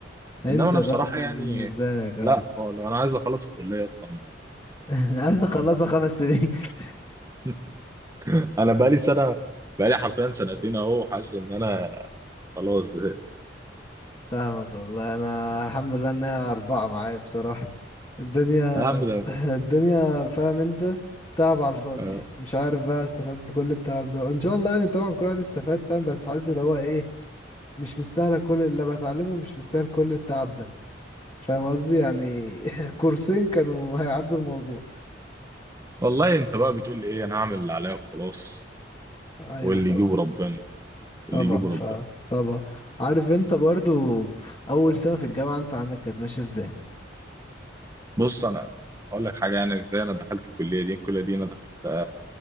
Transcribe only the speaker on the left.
انت
طب
بالنسبة
لك اه
<laughs> عايز اخلصها خمس سنين <laughs>
فاهمك والله انا الحمد لله ان هي اربعة معايا بصراحة الدنيا
الدنيا فاهم انت تعب على الفاضي
مش عارف بقى استفاد بكل التعب ده ان شاء الله يعني طبعا كل واحد استفاد فاهم بس حاسس اللي هو ايه مش مستاهله كل اللي بتعلمه مش مستاهل كل التعب ده فاهم قصدي يعني <laughs> كورسين كانوا هيعدوا الموضوع
ايوه
طبعا
طبعا
فاهم
طبعا عارف انت برضو اول سنة في الجامعة انت عندك كانت ماشية ازاي